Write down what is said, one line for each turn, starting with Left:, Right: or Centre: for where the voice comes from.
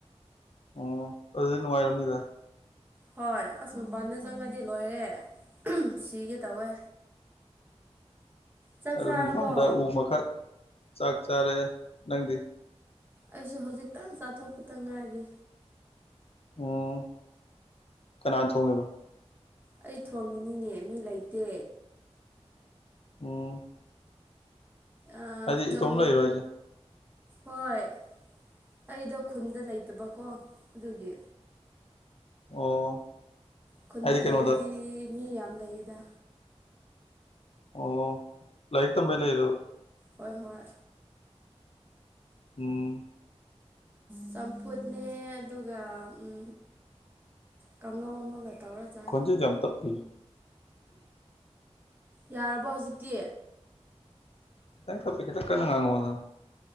Left: ꯑꯣ ꯑꯗꯨꯗꯤ ꯅꯨꯡꯉꯥꯏꯔꯝꯅꯤꯗ꯫
Right: ꯍꯣꯏ ꯑꯁ ꯃꯄꯥꯟꯗ ꯆꯪꯉꯗꯤ ꯂꯣꯏꯔꯦ ꯁꯤꯒꯦ ꯇꯧꯋꯦ꯫ ꯆꯥꯛ
Left: ꯑꯗꯨꯝ
Right: ꯆꯥꯔꯕꯣ
Left: ꯃꯄꯥꯟꯗ ꯎ ꯃꯈꯛ ꯆꯥꯛ ꯆꯥꯔꯦ ꯅꯪꯗꯤ꯫
Right: ꯑꯩꯁꯨ ꯍꯧꯖꯤꯛꯇꯥ ꯆꯥꯊꯣꯛꯄꯇ ꯉꯥꯏꯔꯤ꯫
Left: ꯑꯣ ꯀꯅꯥ ꯊꯣꯡꯉꯤꯕ꯫
Right: ꯑꯩ ꯊꯣꯡꯉꯤꯅꯤꯅꯦ ꯃꯤ ꯂꯩꯇꯦ꯫
Left: ꯑꯣ꯫
Right: ꯑꯥ
Left: ꯍꯥꯏꯗꯤ
Right: ꯆꯝ
Left: ꯏꯇꯣꯝ ꯂꯩꯔꯤꯔꯣ ꯍꯥꯏꯖꯦ꯫
Right: ꯍꯣꯏ ꯑꯩꯗꯣ ꯈꯨꯟꯗ ꯂꯩꯇꯕꯀꯣ ꯑꯗꯨꯒꯤ꯫
Left: ꯑꯣ꯫
Right: ꯈꯨꯟꯗ
Left: ꯍꯥꯏꯗꯤ
Right: <unintelligible>
Left: ꯀꯩꯅꯣꯗ
Right: ꯂꯩꯔꯗꯤ ꯃꯤ ꯌꯥꯝ ꯂꯩꯌꯦꯗ꯫
Left: ꯑꯣ ꯂꯥꯏꯔꯤꯛ ꯇꯝꯕꯩ ꯂꯩꯔꯕ꯫
Right: ꯍꯣꯏ ꯍꯣꯏ꯫
Left: ꯍꯨꯝ
Right: ꯆꯝꯐꯨꯠꯅꯦ ꯑꯗꯨꯒ ꯎꯝ ꯀꯥꯡꯉꯧ ꯑꯃꯒ ꯇꯧꯔ ꯆꯥꯏ
Left: <unintelligible> ꯇꯞꯄꯦꯍꯦ
Right: ꯌꯥꯔꯕꯣ ꯍꯧꯖꯤꯛꯇꯤ
Left: ꯈꯤꯇꯡ ꯇꯞꯄꯦ ꯈꯤꯇꯡ ꯀꯟꯅꯥ ꯉꯥꯡꯉꯛ ꯑꯣꯗꯅ